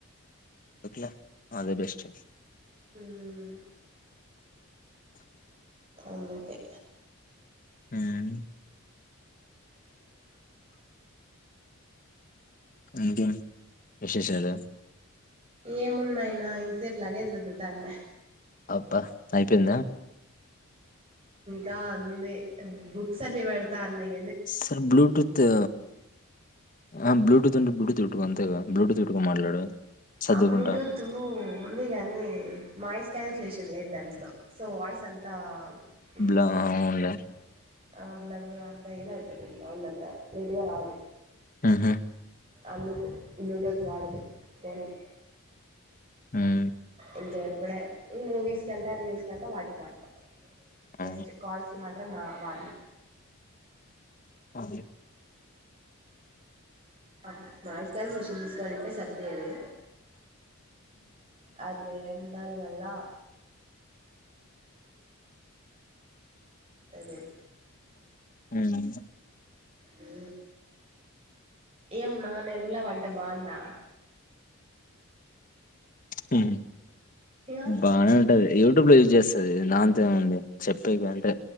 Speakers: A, on the left (about 35°); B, on the right (about 25°).
A: ఎట్లా ఆల్ దా బెస్ట్
B: హుహ్ అందుకే
A: ఏయ్ ఇంకేం విశేషాలో
B: ఏమున్నాయినా ఇంతసేపు లాగే సదుతాన్న
A: అబ్బా అయిపోందా
B: కా ఉంది బుక్స్ అన్ని పెడతా అన్నాయ్
A: సార్ బ్లూటూతూ ఆ బ్లూటూత్ ఉంటే బ్లూటూత్ పెట్టు అంతే గా బ్లూటూత్ పెట్టుకొని మాట్లాడు సర్దుకుంటా
B: ఆ బ్లూటూత్ ఉంది గాని మాయిస్ క్యాన్సిలేషన్ లేదు దాంట్లో సో వాయిస్ అంతా వినిపిస్తా
A: బ్లా
B: ఉంటది
A: ఉండా
B: ఆ బ్లర్ అంతా ఇది అయిపోతాది సౌండ్ అంతా నీట్గా రాదు.
A: ఉహుహ్
B: అందుకు బ్లూటూత్ వాడదు ఫెన్క్
A: ఉమ్,
B: ఇంకా ఎప్పుడే మూవీస్ కంటే రీల్స్ కంటా వాటికి వాడతాం. జెస్ట్
A: ఆ,
B: కాల్స్ కి మాత్రం మా వడను.
A: ఆహా
B: అప్ నాయిస్ క్యాన్సిలేషన్ తీసుకోవాలంటే సరిపోయేది అదిలే దాని వల్ల అది
A: హుమ్
B: హు ఏంనా నిర్మల వంట బాగుందా
A: హు
B: ఇగ
A: బానే ఉంటది యూట్యూబ్ లో చూసి చేస్తది నంతె ఉంది చెప్పే కంటే